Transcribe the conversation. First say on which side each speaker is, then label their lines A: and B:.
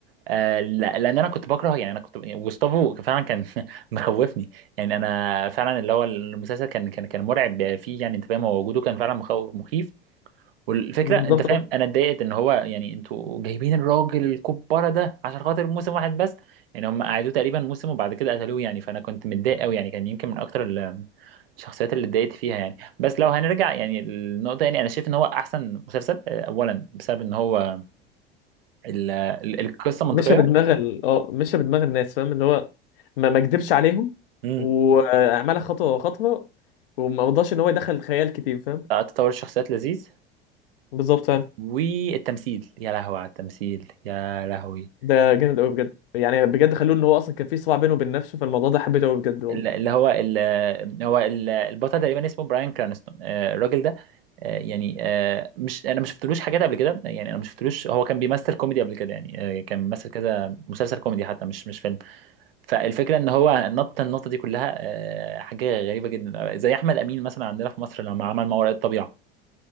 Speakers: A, on the right (about 65°); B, on the left (about 60°).
A: آه لا لان انا كنت بكره يعني انا كنت يعني جوستافو فعلا كان <laughs> مخوفني يعني انا فعلا اللي هو المسلسل كان كان كان مرعب فيه يعني انت فاهم هو وجوده كان فعلا مخوف مخيف والفكره
B: بالظبط
A: انت فاهم انا اتضايقت ان هو يعني انتوا جايبين الراجل الكبارة ده عشان خاطر موسم واحد بس يعني هم قعدوه تقريبا موسم وبعد كده قتلوه يعني فانا كنت متضايق قوي يعني كان يمكن من اكتر ال- الشخصيات اللي اتضايقت فيها يعني بس لو هنرجع يعني النقطة يعني أنا شايف إن هو أحسن مسلسل آه، أولا بسبب إن هو ال- ال- القصة منطقية
B: مشى بدماغ ال... اه مشى بدماغ الناس فاهم اللي هو ما ما كدبش عليهم
A: مم.
B: وعملها خطوه خطوه وما رضاش ان هو يدخل خيال كتير فاهم
A: آه، تطور الشخصيات لذيذ
B: بالظبط فاهم
A: والتمثيل يا لهوي على التمثيل يا لهوي
B: ده جامد قوي بجد يعني بجد خلوه ان هو اصلا كان في صراع بينه وبين نفسه فالموضوع ده حبيته قوي بجد والله
A: ال- اللي هو ال- هو ال- البطل تقريبا اسمه براين كرانستون آه، الراجل ده آه، يعني آه، مش انا ما شفتلوش حاجات قبل كده يعني انا ما شفتلوش هو كان بيمثل كوميدي قبل كده يعني آه، كان بيمثل كذا مسلسل كوميدي حتى مش مش فيلم فالفكره ان هو نط النقطه دي كلها آه، حاجه غريبه جدا زي احمد امين مثلا عندنا في مصر لما عمل ما وراء الطبيعه